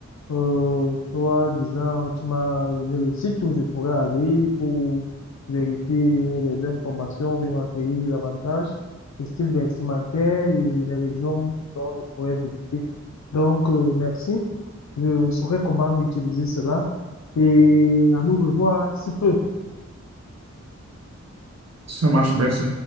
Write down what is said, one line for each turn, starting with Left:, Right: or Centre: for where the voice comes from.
Left: Euh, toi, disant, tu m'as donné le site où je pourrais aller pour vérifier les informations ou bien m'acquérir davantage, le style vestimentaire et les régions dont je pourrais donc, euh, merci. Je saurai comment utiliser cela et à nous revoir d'ici peu.
Right: Ça marche, merci.